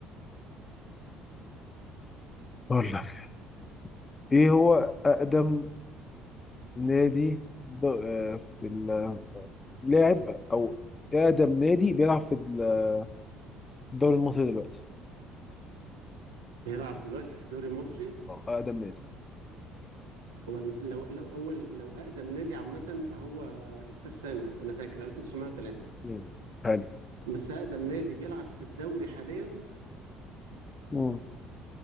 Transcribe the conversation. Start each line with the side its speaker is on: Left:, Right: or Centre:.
Left: أقول لك إيه هو أقدم نادي ض- آه، في ال- لاعب أو أقدم نادي بيلعب في الدوري المصري دلوقتي
Right: بيلعب دلوقتي في الدوري المصري
Left: أو أقدم نادي
Right: هو الانت- لو لو اول لو اقدم نادي عامه فهو الترسانه انا فاكر 1903
Left: مم. حلو
Right: بس اقدم نادي بيلعب في الدوري حاليا
Left: مم.